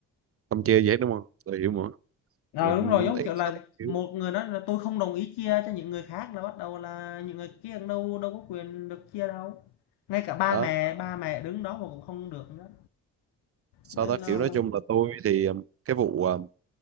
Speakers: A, on the right (about 35°); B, on the left (about 60°).
A: không chia gì hết đúng không tôi hiểu mà
B: Ờ
A: mình
B: đúng rồi, giống
A: ấy,
B: kiểu
A: sao
B: là
A: ta kiểu
B: một người nói là tôi không đồng ý chia cho những người khác là bắt đầu là những người kia đâu đâu có quyền được chia đâu. Ngay cả ba
A: đó
B: mẹ ba mẹ đứng đó mà cũng không được nữa.
A: sao
B: Nên
A: ta
B: là
A: kiểu nói chung là tôi thì ờm, cái vụ ờm,